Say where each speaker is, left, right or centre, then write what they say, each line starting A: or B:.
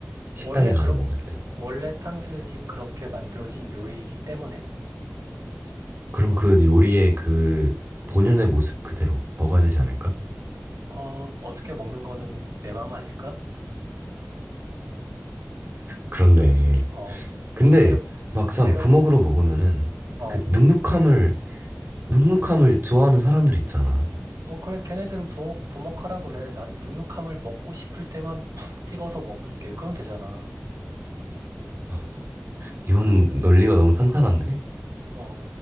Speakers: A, on the right; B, on the right.
A: 식당에
B: 원래
A: 가서
B: 그렇,
A: 먹을 때.
B: 원래 탕수육이 그렇게 만들어진 요리이기 때문에,
A: 그럼 그 요리의 그 본연의 모습 그대로 먹어야 되지 않을까?
B: 어, 어떻게 먹는 거는 내 마음 아닐까?
A: 그렇네.
B: 어,
A: 근데
B: 어떻게, 먹-
A: 막상
B: 내가,
A: 부먹으로 먹으면은
B: 어,
A: 그 눅눅함을, 눅눅함을 좋아하는 사람들 있잖아.
B: 어, 그래, 걔네들은 부먹, 부먹하라 그래. 난 눅눅함을 먹고 싶을 때만 푹 찍어서 먹을게. 그럼 되잖아.
A: 아, 이거는 논리가 너무 탄탄한데?
B: 어.